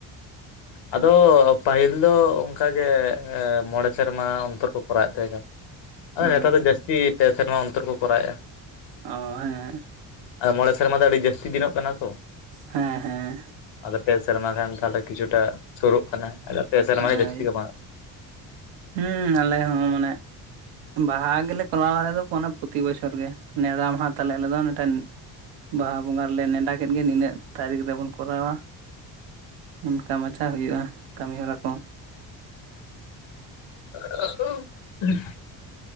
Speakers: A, on the left (about 70°); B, on the right (about 80°).
A: ᱟᱫᱚ ᱯᱟᱹᱦᱤᱞ ᱫᱚ ᱚᱱᱠᱟ ᱜᱮ ᱢᱚᱬᱮ ᱥᱮᱨᱢᱟ ᱚᱱᱛᱚᱨ ᱠᱚ ᱠᱚᱨᱟᱣᱮᱫ ᱛᱟᱦᱮᱸ ᱠᱟᱱᱟ᱾ ᱟᱫᱚ
B: ᱦᱮᱸ
A: ᱱᱮᱛᱟᱨ ᱫᱚ ᱡᱟᱹᱥᱛᱤ ᱯᱮ ᱥᱮᱨᱢᱟ ᱚᱱᱛᱚᱨ ᱠᱚ ᱠᱚᱨᱟᱣᱮᱫᱼᱟ᱾
B: ᱚ ᱦᱮᱸ,
A: ᱟᱨ ᱢᱚᱬᱮ ᱥᱮᱨᱢᱟ ᱫᱚ ᱟᱹᱰᱤ ᱡᱟᱹᱥᱛᱤ ᱫᱤᱱᱚᱜ ᱠᱟᱱᱟ ᱛᱚ᱾
B: ᱦᱮᱸ ᱦᱮᱸ᱾
A: ᱟᱫᱚ ᱯᱮ ᱥᱮᱨᱢᱟ ᱠᱷᱟᱱ ᱛᱟᱦᱚᱞᱮ ᱠᱤᱪᱷᱩᱴᱟ ᱥᱩᱨᱩᱜ ᱠᱟᱱᱟ ᱟᱫᱚ ᱯᱮ ᱥᱮᱨᱢᱟ
B: ᱦᱳᱭ
A: ᱜᱮ ᱡᱟᱹᱥᱛᱤ ᱜᱮ
B: ᱦᱩᱸ ᱟᱞᱮ ᱦᱚᱸ ᱢᱟᱱᱮ ᱵᱟᱦᱟ ᱜᱮᱞᱮ ᱠᱚᱨᱟᱣᱟ ᱟᱞᱮ ᱫᱚ ᱯᱨᱚᱛᱤ ᱵᱚᱪᱷᱚᱨ ᱜᱮ ᱱᱮᱰᱟ ᱢᱟᱦᱟ ᱛᱟᱞᱮ ᱟᱞᱮ ᱫᱚ ᱢᱤᱫᱴᱮᱱ ᱵᱟᱦᱟ ᱵᱚᱸᱜᱟ ᱨᱮᱞᱮ ᱱᱮᱰᱟ ᱠᱮᱫ ᱜᱮ ᱱᱤᱱᱟᱹᱜ ᱛᱟᱹᱨᱤᱠᱷ ᱨᱮᱵᱚᱱ ᱠᱚᱨᱟᱣᱟ᱾ ᱚᱱᱠᱟ ᱢᱟᱪᱷᱟ ᱦᱩᱭᱩᱜᱼᱟ ᱠᱟᱹᱢᱤ ᱦᱚᱨᱟ ᱠᱚ᱾
A: <unintelligible>